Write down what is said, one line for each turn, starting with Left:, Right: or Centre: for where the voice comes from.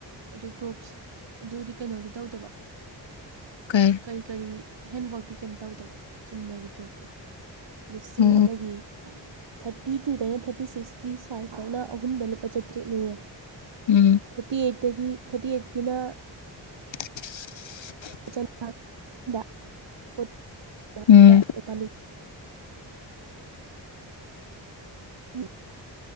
Right: ꯑꯗꯨꯗꯩ ꯇꯣꯞꯁ ꯑꯗꯨꯗꯤ ꯀꯩꯅꯣꯗꯤ ꯇꯧꯗꯕ
Left: ꯀꯩ
Right: ꯀꯔꯤ ꯀꯔꯤ ꯍꯦꯟꯋꯔꯇꯤ ꯀꯩꯝ ꯇꯧꯗꯕ ꯆꯨꯝꯅꯒꯤ ꯇꯣꯛꯇꯣ ꯂꯤꯁꯤꯡ
Left: ꯑꯣ
Right: ꯑꯃꯒꯤ ꯊꯥꯔꯇꯤ ꯇꯨꯗꯩꯅ ꯊꯔꯇꯤ ꯊꯔꯇꯤ ꯁꯤꯛꯁꯀꯤ ꯁꯥꯏꯖꯇꯧꯅ ꯑꯍꯨꯝꯗ ꯂꯨꯄꯥ ꯆꯥꯇ꯭ꯔꯦꯠꯅꯤꯌꯦ
Left: ꯎꯝ
Right: ꯊꯔꯇꯤ ꯑꯩꯠꯇꯒꯤ ꯊꯔꯇꯤ ꯑꯩꯠꯀꯤꯅ
Left: <unintelligible>
Right: ꯐꯨꯄꯥ
Left: ꯎꯝ
Right: ꯌꯦ